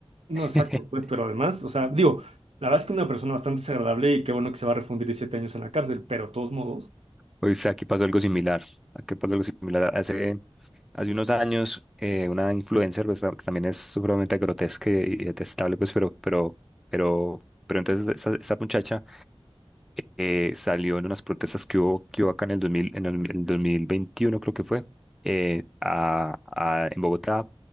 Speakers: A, on the right; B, in the centre.
A: No,
B: <laughs>
A: exacto, pues, pero además, o sea, digo, la verdad es que una persona bastante desagradable y qué bueno que se va a refundir siete años en la cárcel, pero de todos modos,
B: Hoy sea, aquí pasó algo similar. Aquí pasó algo similar. Hace, hace unos años, eh, una influencer, pues, que también es supremamente grotesca y y detestable, pues, pero, pero, pero, pero entonces esa, esa muchacha eh, salió en unas protestas que hubo, que hubo acá en el 2000, en el, el 2021, creo que fue, eh, a, a- en Bogotá